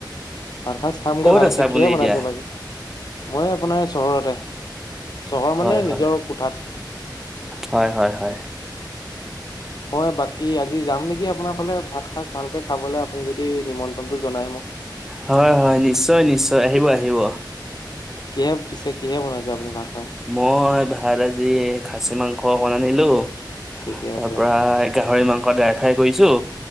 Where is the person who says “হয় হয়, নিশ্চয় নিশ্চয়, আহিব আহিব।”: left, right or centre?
Centre